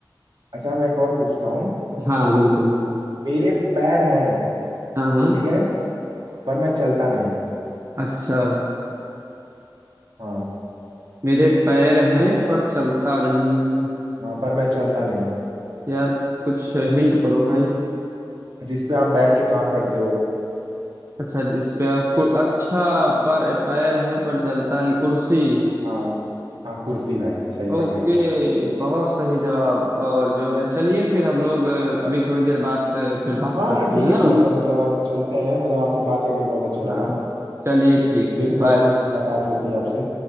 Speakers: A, on the right; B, on the right.
A: अच्छा मैं एक और पूछता हूँ
B: हाँ बिल्कुल
A: मेरे पैर हैं
B: हाँ हाँ
A: ठीक है पर मैं चलता नहीं
B: अच्छा
A: हाँ
B: मेरे पैर हैं पर चलता नहीं
A: हाँ पर मैं चलता नहीं
B: यार कुछ हिंट करो भाई
A: जिस पे आप बैठ के काम करते हो
B: अच्छा जिस पे आप कु- अच्छा पर पैर हैं पर चलता नहीं कुर्सी
A: हाँ हाँ कुर्सी भाई सही
B: ओके
A: पकड़े
B: बहुत सही जवाब और जो है चलिए फिर हम लोग अ, अभी थोड़ी देर बाद अ, फिर बात
A: हाँ
B: करते
A: हाँ, ठीक
B: हैं
A: है
B: ना
A: ठीक है मतलब आप चलते हैं मतलब आपसे बात करके बहुत अच्छा लगा
B: हाँ चलिए ठीक
A: फिर
B: है बाय
A: कभी मुलाकात होती है आपसे